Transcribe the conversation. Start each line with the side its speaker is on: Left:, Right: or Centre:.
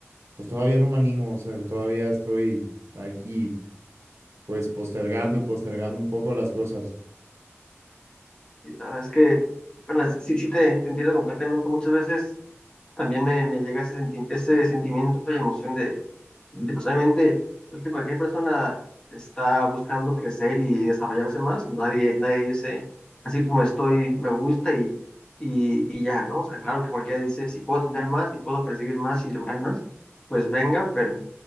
Right: pues todavía no me animo, o sea, que todavía estoy allí pues postergando y postergando un poco las cosas.
Left: Sí, la verdad es que, bueno, sí, sí te, te entiendo completamente muchas veces. también me, me llega ese, senti- ese sentimiento y emoción de, de, pues obviamente, creo que cualquier persona está buscando crecer y desarrollarse más, nadie, nadie dice, así como estoy, me gusta y, y, y ya, ¿no? O sea, claro que cualquiera dice, si puedo tener más, si puedo percibir más y lograr más, pues venga, pero